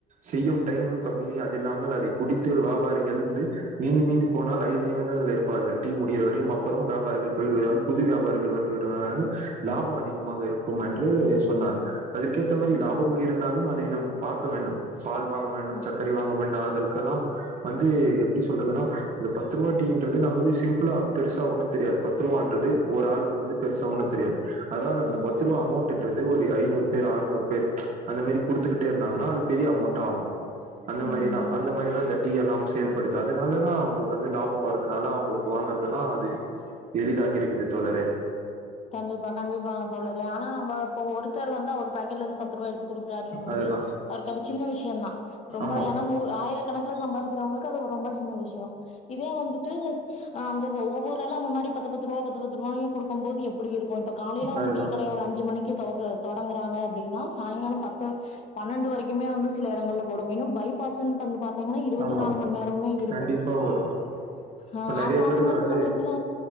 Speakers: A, on the right; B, on the left.
A: செய்யும் டைமும் கம்ம அதுல்லாமல் அதைக் குடித்து வியாபாரிகள்ந்து மீந்து மீந்த போனால் ஐந்து நிமிதங்கள் இருப்பார்கள் டீ முடிற வரையும் அப்புறம் வியாபாரிகள் போய்விடுவதால் புது வியாபாரிகள் வந்துடுவத லாபம் அதிகமாக இருக்கும் என்று சொன்னார் அததுற்கேற்ற
B: ம்
A: மாதிரி லாபமும் இருந்தாலும் அதை நம் பார்க்க வேண்டும் பால் வாங்க வேண்டும்
B: ம்
A: சர்க்கரை வாங்க வேண்டும் அதில் ல்லாம் வந்து எப்படி சொல்றதுன்னா இந்த பத்ருவா டீன்றது நம சி இல பெருசா ஒண்ணும் தெரியாது பத்து ரூபான்து ஒரு ஆளுக்கு வந்து பெருசா ஒண்ணும் தெரியாது அதான் அந்த
B: ம்
A: பத்து ரூா அமௌண்ட் ன்றது ஒரு ஐநூறு பேர் அறுநூறு பேர் அந்த மாதிரி கொடுத்துக்கிட்டே இருந்தாங்கன்னா அது பெரிய அமௌண்ட் ஆகும் அந்த மாதிரிதான்
B: ம்
A: அந்த மாதிரிதான் அந்த டீ எல்லாம் செயல்படுது அதனாலதான் அவங்களுக்கு வந்து லாபம் வருதுனால அவங்களுக்கு வாங்கறதெல்லாம் அது எளிதாகி இருக்குது தோழரே
B: கண்டிப்பா கண்டிப்பா நான் சொல்லுறேன் ஆனா நம்ம இப்ப ஒருத்தர் வந்து அவரு பாக்கெட் ல இருந்து பத்து ருபா எடுத்து கொடுக்குறாருங்க போது
A: அதுதா
B: அவருக்கு அது சின்ன விஷயம் தான் ரொம்ப
A: ஆமா
B: ஏன்னா நூறு ஆயிரக்கணக்கு சம்பாதிக்கிறவங்களுக்கு அது ரொம்ப சின்ன விஷயம் இதே வந்துட்டு அந்த ஒவ்வொரு ஆள அந்த மாதிரி பத்து பத்து ரூபா பத்து பத்து ரூவாய குடுக்கும்போது எப்டி எப்படி இருக்கும் காலையில உங்க
A: அதுதா
B: டீ கடைய ஒரு அஞ்சு மணிக்கு தொடங்குறாங்க அப்படின்னா சாயங்காலம் பத்து பன்னெண்டு வரைக்குமே வந்து சில இடங்களில் <inaudible> பைபாஸ்ன்ட்டு பாத்தா பாத்தீங்கன்னா இருபத்தி
A: ஆமா
B: நாலு மணி நேரமே இருக்கும்
A: கண்டிப்பா ஓடும்
B: ஆஹ்
A: இப்ப நெறைய
B: அப்ப
A: பேருக்கு
B: அந்த மாதிரி
A: வந்து
B: சமயத்துல